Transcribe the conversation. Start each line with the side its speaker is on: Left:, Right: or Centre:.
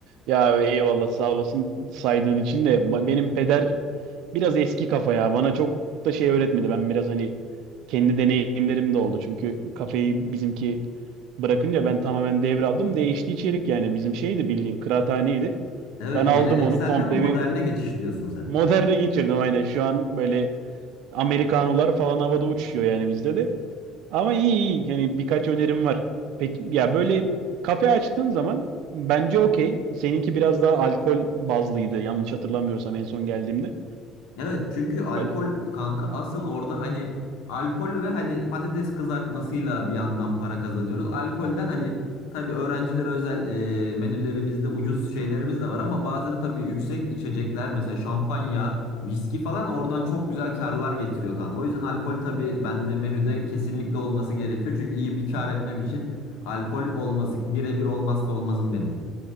Right: Ya eyvallah sağ olasın saydığın için de ba- benim peder biraz eski kafa ya. Bana çok da şey öğretmedi. Ben biraz hani kendi deneyimlerim de oldu. Çünkü kafeyi bizimki bırakınca ben tamamen devraldım. Değişti içerik yani bizim şeydi bildiğin kıraathaneydi.
Left: Evet,
Right: Ben aldım
Left: gelenekselden
Right: onu komple
Left: moderne
Right: bir
Left: geçiş diyorsun sen.
Right: moderne geçirdim aynen. Şu an böyle Amerikanolar falan havada uçuşuyor yani bizde de. Ama iyi iyi. Yani birkaç önerim var. Peki ya böyle kafe açtığın zaman bence okey. Seninki biraz daha alkol bazlıydı yanlış hatırlamıyorsam en son geldiğimde.
Left: Evet çünkü alkol
Right: Böyle
Left: kanka asıl orada hani alkol ve hani patates kızartmasıyla bir yandan para kazanıyoruz. Alkolden hani tabii öğrencilere özel e, menülerimizde ucuz şeylerimiz de var ama bazen tabii yüksek içecekler mesela şampanya, viski falan oradan çok güzel karlar getiriyor kanka. O yüzden alkol tabii bende menüde kesinlikle olması gerekiyor. Çünkü iyi bir kar etmem için alkol olması birebir olmazsa olmazım benim.